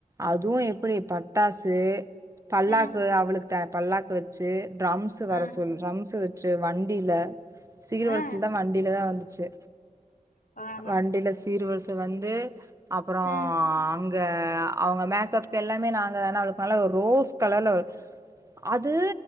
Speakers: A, on the right; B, on the left.
A: அதுவு எப்டி பட்டாசு பல்லாக்கு
B: ஆ
A: அவளுக் த பல்லாக்கு வெச்சு டிரம்ஸ் வர
B: ஆ
A: சொல் ட்ரம்ஸ்ஸ வச் ச்சு வண்டில சீர்வரிசில்தா
B: ஆ
A: வண்டில தா வந்து ச்சு
B: பார்றே
A: வண்டில சீர்வரிச வந்து அப்புறம்
B: ஆ
A: அங்க அவங்க மேக்கப்கு எல்லாமே நாங்காதான அவளுக்கு நல்ல ரோஸ் கலர்ல அது